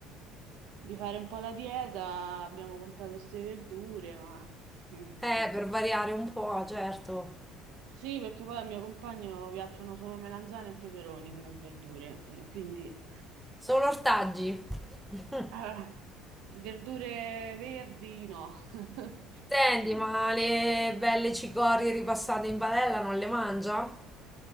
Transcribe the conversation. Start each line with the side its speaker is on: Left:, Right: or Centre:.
Right: di fare un po' la dieta, abbiamo comprato queste verdure, ma... <laughs> mm.
Centre: Eh, per variare un po', certo.
Right: Sì, perché poi al mio compagno piacciono solo melanzane e peperoni come verdure, eh, quindi
Centre: Solo ortaggi. <laughs>
Right: eh, verdure verdi no. <laughs>
Centre: Senti, ma le belle cicorie ripassate in padella non le mangia? <laughs>